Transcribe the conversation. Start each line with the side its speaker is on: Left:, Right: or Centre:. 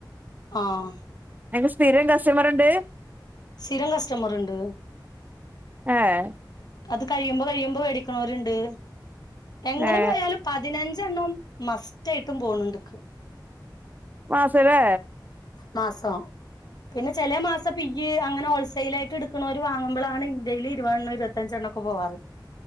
Left: ആഹ്.
Right: ഇങ്ങക്ക് സ്ഥിരം കസ്റ്റമറ്ണ്ട്?
Left: സ്ഥിരം കസ്റ്റമറ് ണ്ട്.
Right: ഏഹ്
Left: അത് കഴിയുമ്പോ കഴിയുമ്പോ വേടിക്ക്ണോര്ണ്ട്. എങ്ങനെ
Right: ഏ
Left: പോയാലും പതിനഞ്ചെണ്ണം മസ്റ്റ് ആയിട്ടും പോണ് ണ്ട് ക്ക്.
Right: മാസ ലേ
Left: മാസം. പിന്നെ ചെലെ മാസം പിയ് അങ്ങനെ ഹോൾസെയിൽ ആയിട്ട് എടുക്കണ ണോര് വാങ്ങുംപോഴാണ് ഇന്റെയിൽ ഇരുപത് എണ്ണം ഇരുപത്തഞ്ചെണ്ണംക്കെ പോവാറ്.